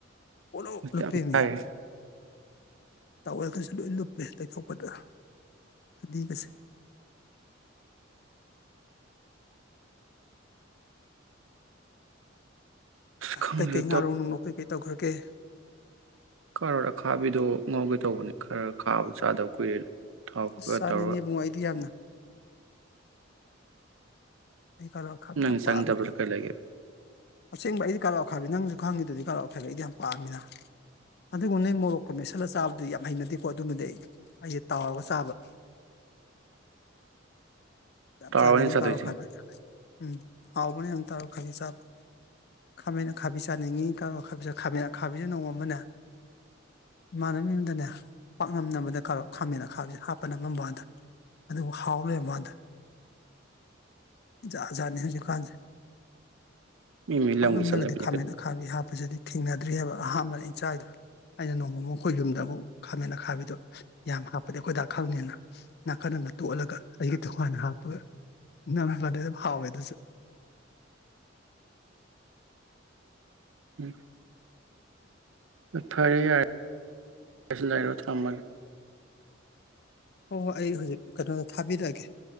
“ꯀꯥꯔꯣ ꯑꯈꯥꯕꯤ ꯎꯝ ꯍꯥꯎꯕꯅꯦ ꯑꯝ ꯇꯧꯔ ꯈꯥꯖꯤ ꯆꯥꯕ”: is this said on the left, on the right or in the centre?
Left